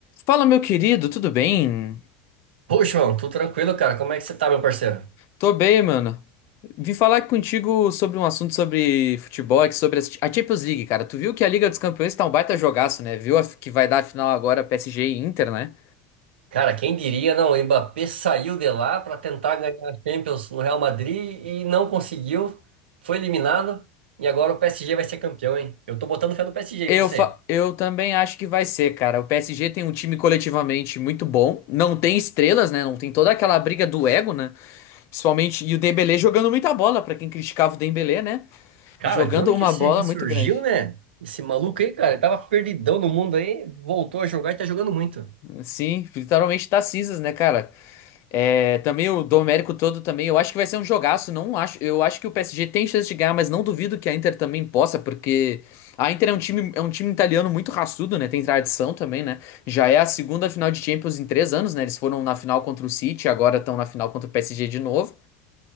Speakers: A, on the left (about 55°); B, on the right (about 85°).
A: Fala, meu querido, tudo bem?
B: Poxa, mano, tudo tranquilo, cara? Como é que você tá, meu parceiro?
A: Tô bem, mano. Vim falar contigo sobre um assunto sobre futebol, aqui, sobre a a Champions League, cara. Tu viu que a Liga dos Campeões tá um baita jogaço, né? Viu a- que vai dar a final agora PSG e Inter, né?
B: Cara, quem diria, não? O Mbappé saiu de lá para tentar ganhar a Champions no Real Madrid e não conseguiu. Foi eliminado e agora o PSG vai ser campeão, hein? Eu tô botando fé no PSG,
A: Eu,
B: e você?
A: fa- eu também acho que vai ser, cara. O PSG tem um time coletivamente muito bom. Não tem estrelas, né? Não tem toda aquela briga do ego, né? Principalmente. E o Dembélé jogando muita bola, pra quem criticava o Dembélé, né?
B: Cara,
A: Jogando
B: de onde
A: uma
B: que esse
A: bola
B: ressurgiu,
A: muito grande.
B: né? Esse maluco aí, cara, ele tava perdidão no mundo aí, voltou a jogar e tá jogando muito.
A: Sim, literalmente tá cinzas, né, cara? É, também o Domérico todo também, eu acho que vai ser um jogaço, não acho, eu acho que o PSG tem chance de ganhar, mas não duvido que a Inter também possa, porque a Inter é um time, é um time italiano muito raçudo, né? Tem tradição também, né? Já é a segunda final de Champions em três anos, né? Eles foram na final contra o City, agora estão na final contra o PSG de novo.